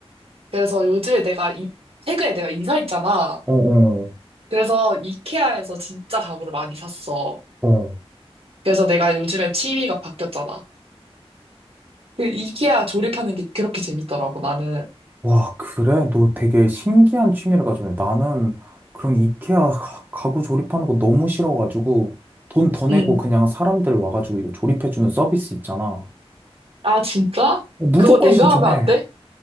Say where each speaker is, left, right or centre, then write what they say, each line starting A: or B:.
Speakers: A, on the right; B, on the right.
A: 그래서 요즘에 내가, 이, 최근에 내가 이사했잖아.
B: 어, 어,
A: 그래서 이케아에서 진짜 가구를 많이 샀어.
B: 어.
A: 그래서 내가 요즘에 취미가 바뀌었잖아. 그 이케아 조립하는 게 그렇게 재밌더라고, 나는.
B: 와, 그래? 너 되게 신기한 취미를 가졌네. 나는 그런 이케아 가- 가구 조립하는 거 너무 싫어가지고 돈 더 내고
A: 응.
B: 그냥 사람들 와가지고 이거 조립해주는 서비스 있잖아.
A: 아, 진짜?
B: 무조건
A: 그거 내가
B: 신청해.
A: 하면 안 돼?